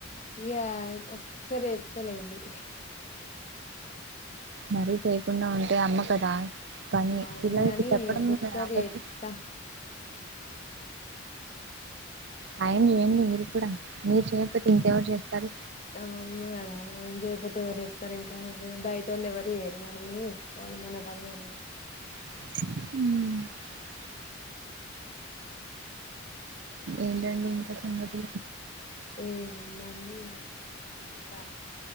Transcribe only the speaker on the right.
మరి చేకు ఉంట అమ్మకదా పని
పిల్లలకి
చెప్పడంరు
రావదుు
టైం లేడి మీరు కూడా మీరు చేయకపోతే ఇంకెవరు చెస్తారు
అ ఏంటండి ఇంకా సంగతి